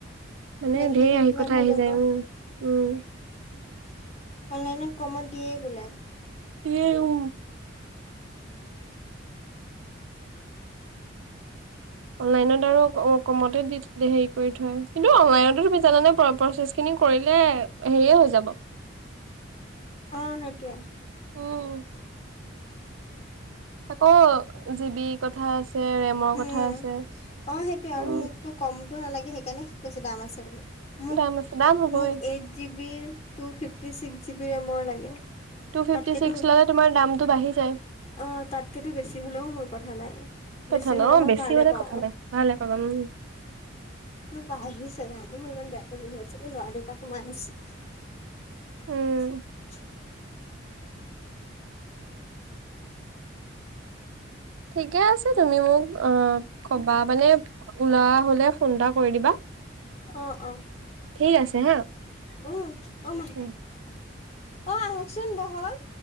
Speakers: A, on the right; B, on the left.
A: মানে
B: মেইনকে
A: ধেৰ
B: যে
A: আহি
B: কিমান
A: কথা
B: হৈ
A: আহি
B: যাব
A: যায় উম উম।
B: অনলাইনত কমত দিয়েই বোলে।
A: দিয়ে ও। অনলাইনত আৰু কমতে দি হেৰি কৰি থয় কিন্তু অনলাইনতো তুমি জানানে প্ৰচেছ খিনি কৰিলে হেৰিয়ে হৈ যাব।
B: অ সেইটোৱে।
A: উম আকৌ জিৱি কথা ৰেমৰ কথা
B: উম
A: আছে
B: অ সেইটোয়ে আৰু
A: উম
B: মোকতো কমতো নালাগে। সেই কাৰণে সি কৈছে দাম আছে বুলি
A: দাম আছে দাম হ'বই
B: মোক এইট জীৱি টু ফিফটি টি ছিক্স জিবি ৰেমৰ লাগে।
A: টু ফিফটি
B: তাতকেতো
A: চিক্স ললে তোমাৰ দামটো বাঢ়ি যায়।
B: অ তাতকেতো বেছি হলেও মোৰ কথা নাই।
A: কথা
B: বেছি
A: ন
B: হলে
A: অ
B: মই
A: বেছি
B: ভালে
A: হলে
B: পাওঁ।
A: কথা
B: অ
A: নাই ভালে পাম উম।
B: কোনোবা আহিছে ন মই ইমান বেয়াকে বহি আছো ল'ৰা দুটা সোমাই আহিছে।
A: উম
B: <unintelligible>
A: ঠিকে আছে তুমি মোক অ কবা মানে ওলোৱা হলে ফোন এটা কৰি দিবা।
B: অ অ
A: ঠিক আছে হা
B: অ অ মা।
A: উম
B: অ আহকচোন বহক।